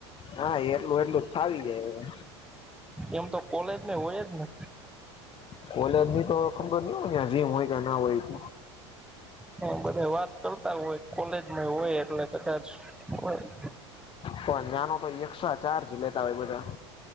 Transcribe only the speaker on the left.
હા એટલું એટલું ફાઇ જાય એ-
કોલેજ ની તો ખબર ન હોય જીમ હોય કે ના હોય-
પણ નાનો તો એકક્સ્ટ્રા ચાર્જ લેતા હોય બધા-